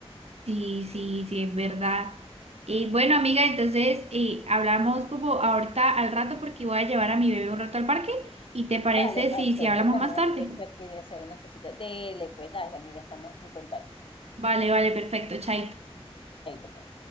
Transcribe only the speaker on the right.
Sí, sí, sí, es verdad. Y bueno, amiga, entonces eh, hablamos como ahorita al rato porque voy a llevar a mi bebé un rato al parque. ¿Y te parece
si,
si hablamos
más tarde?
Vale, vale, perfecto, chaito.